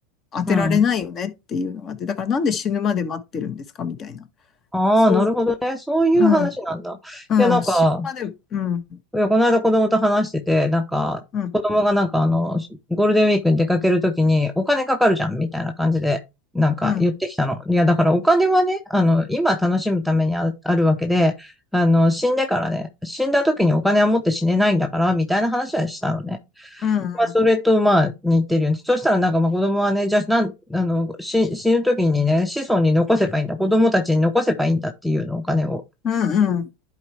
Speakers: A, on the left (about 35°); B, in the centre.
A: あ、当てられないよねっていうのがあって、
B: うん。
A: だからなんで死ぬまで待ってるんですかみたいな。
B: ああ、
A: そう、
B: なるほどね。そういう話なんだ。
A: うん、
B: いや、
A: うん、
B: なんか、
A: 死ぬまで、うん、
B: いや、この間子供と話してて、なんか、
A: うん、
B: 子供がなんかあの、ゴールデンウィークに出かけるときにお金かかるじゃん、みたいな感じで、なんか言ってきたの。
A: うん、
B: いや、だからお金はね、あの、今楽しむためにあ、あるわけで、あの、死んでからね、死んだときにお金は持って死ねないんだから、みたいな話はしたのね。
A: うん、
B: まあ、それと、
A: うん、
B: まあ、似てるよね。そしたら、なんか、まあ、子供はね、じゃあ、なん、あの、し死ぬ時にね、子孫に残せばいいんだ。子供たちに残せばいいんだっていうの、お金を。
A: うん、うん、